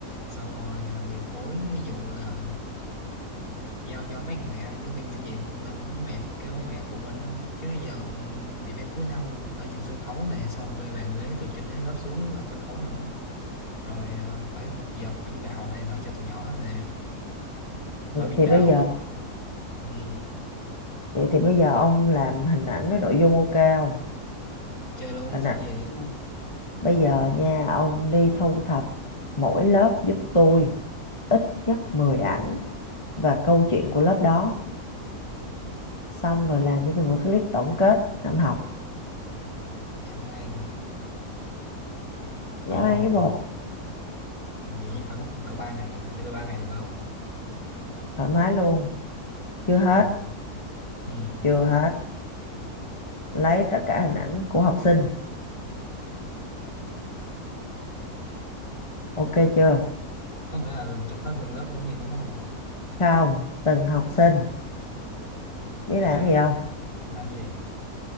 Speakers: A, on the left; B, on the left.
A: xong rồi à, điều phối ví dụ là giao cho mấy mẹ giáo viên chủ nhiệm à, mấy mẹ kêu mấy mẹ phụ mình chứ giờ ừ, event cuối năm phải dựng sân khấu này xong bê bàn ghế từ trên mấy lớp xuống làm sân khấu nữa rồi ờ, phải tập dượt biên đạo này nọ cho tụi nhỏ này nè mà biên
B: thì
A: đạo
B: bây giờ
A: ừ,
B: thì, thì bây giờ ông làm hình ảnh với nội dung ok không
A: chơi luôn
B: hình
A: sợ
B: ảnh
A: gì
B: nội dung. bây giờ nha ông đi thu thập mỗi lớp giúp tôi ít nhất 10 ảnh và câu chuyện của lớp đó xong rồi làm cho tôi một clip tổng kết năm học
A: Ừ, dạ mang
B: dã
A: ồ
B: man với bồ
A: vậy phải mất khoảng cỡ ba ngày bà cho tôi 3 ngày được không
B: thoải mái luôn chưa hết
A: rồi ừ.
B: chưa hết lấy tất cả hình ảnh của học sinh ok chưa
A: có nghĩa là chụp hết nguyên lớp luôn gì đúng không
B: không từng học sinh biết
A: à
B: làm gì không
A: làm gì